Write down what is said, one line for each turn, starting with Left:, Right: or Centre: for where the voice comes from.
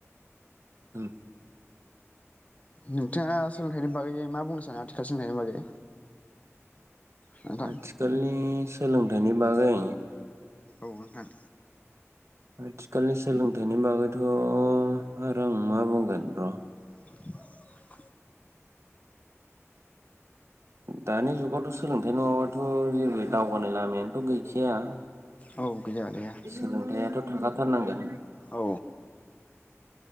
Right: औ
Left: नोंथाङा सोलोंथाइनि बागै मा बुंनो सानो आथिखाल सोलोंथाइनि बागै? नोंथां
Right: आथिखालनि सोलोंथाइ। नि बागै
Left: औ नोंथां
Right: आथिखालनि सोलोंथाइनि बागैथ' आरो आं मा बुंगोन र'
Left: <inaudible>
Right: दानि जुगावथ' सोलोंथाइ नङाबाथ' जेबो दावगानाय लामायानोथ' गैखाया
Left: औ गैया गैया
Right: सोलोंथायाथ' थाखाथारनांगोन
Left: औ